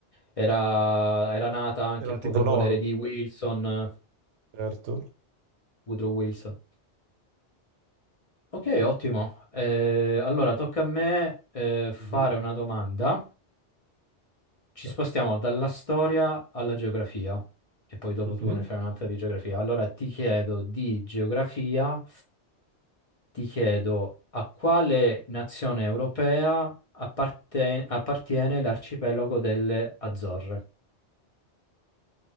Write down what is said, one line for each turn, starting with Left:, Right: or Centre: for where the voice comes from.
Left: era, era nata anche
Right: era
Left: un
Right: tipo
Left: po' per
Right: l'ONU.
Left: volere di Wilson, eh,
Right: Certo.
Left: Woodrow Wilson. Ok, ottimo. Eh, allora, tocca a me eh, fare
Right: Mhm.
Left: una domanda. Ci
Right: Eh,
Left: spostiamo dalla storia alla geografia e poi dopo
Right: mhm.
Left: tu ne fai un'altra di geografia. Allora ti chiedo di geografia, ti chiedo a quale nazione europea apparten- appartiene l'arcipelago delle Azzorre